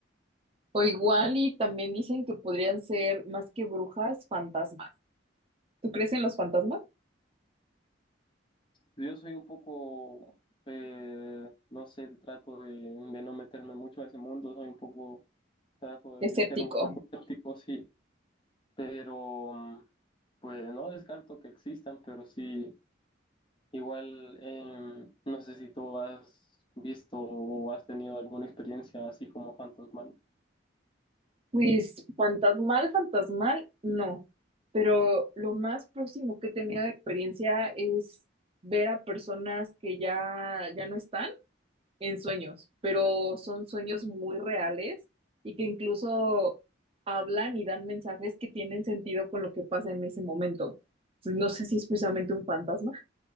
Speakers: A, on the right; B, on the left.
A: O igual y también dicen que podrían ser más que brujas, fantasmas. ¿Tú crees en los fantasmas?
B: Yo soy un poco, eh, no sé, trato de, de no meterme mucho a ese mundo, soy un poco, trato de
A: Escéptico.
B: ser un poco escéptico, sí, pero mm, pues no descarto que existan, pero sí. Igual, em, no sé si tú has visto o has tenido alguna experiencia así como fantasmal.
A: Pues fantasmal, fantasmal, no. Pero lo más próximo que he tenido de experiencia es ver a personas que ya, ya no están en sueños, pero son sueños muy reales y que incluso hablan y dan mensajes que tienen sentido con lo que pasa en ese momento. Entonces, no sé si es precisamente un fantasma.